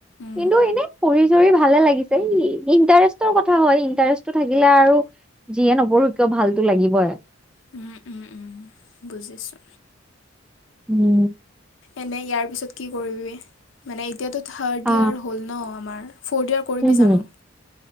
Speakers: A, on the left; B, in the centre.
A: উম
B: কিন্তু এনে কৰি ধৰি ভালে লাগিছে ই-ইণ্টাৰেষ্টৰ কথা হয় ইণ্টাৰেষ্টটো থাকিলে আৰু যিয়ে নপঢ়ো কিয় ভালতো লাগিবই এ।
A: উম, উম, উম, বুজিছো।
B: উম।
A: এনে ইয়াৰ পিছত কি কৰিবি, মানে এতিয়াতো থাৰ্ড
B: অ
A: ইয়াৰ হ'ল ন আমাৰ ফৰ্থ ইয়াৰ কৰিবি
B: হম হম
A: জানো?